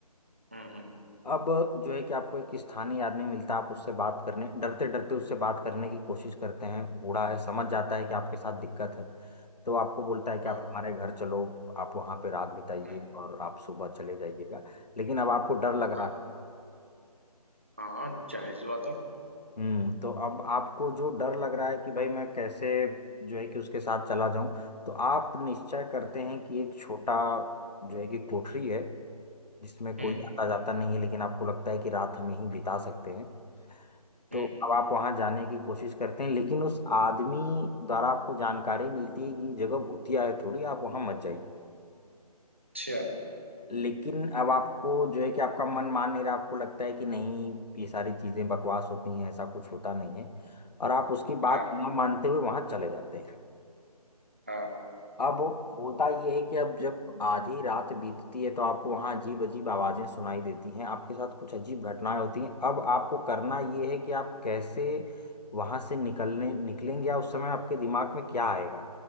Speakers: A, on the right (about 20°); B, on the left (about 90°).
A: हम्म हम्म,
B: अब जो है कि आपको एक स्थानीय आदमी मिलता है आप उससे बात करने डरते डरते उससे बात करने की कोशिश करते हैं बूढ़ा है समझ जाता है कि आपके साथ दिक्कत है तो आपको बोलता है कि आप
A: हाँ
B: हमारे घर चलो आप वहाँ पे रात बिताइए
A: हम्म,
B: और आप सुबह चले जाइएगा लेकिन अब आपको डर लग
A: हाँ
B: रहा है
A: हाँ जाहिर सी बात है
B: हम्म तो अब आपको जो डर लग रहा है कि भाई मैं कैसे जो है कि उसके साथ चला जाऊं तो आप निश्चय करते हैं कि एक छोटा जो है कि कोठरी है जिसमें कोई
A: हम्म
B: आता जाता नहीं है लेकिन आपको लगता है कि रात हम यहीं बिता सकते हैं तो
A: हम्म
B: अब आप वहां जाने की कोशिश करते हैं लेकिन उस आदमी द्वारा आपको जानकारी मिलती है कि ये जगह भूतिया है थोड़ी आप वहां मत जाइए
A: अच्छा
B: लेकिन अब आपको जो है कि आपका मन मान नहीं रहा आपको लगता है कि नहीं ये सारी चीजें बकवास होती हैं ऐसा कुछ होता नहीं है और आप उसकी बात
A: हाँ
B: ना मानते हुए वहां चले जाते हैं
A: हाँ
B: अब होता ये है कि अब जब आधी रात बीतती है तो आपको वहां अजीब अजीब आवाजें सुनाई देती हैं आपके साथ कुछ अजीब घटनाएं होती हैं अब आपको करना ये है कि आप कैसे वहां से निकलने निकलेंगे या उस समय आपके दिमाग में क्या आएगा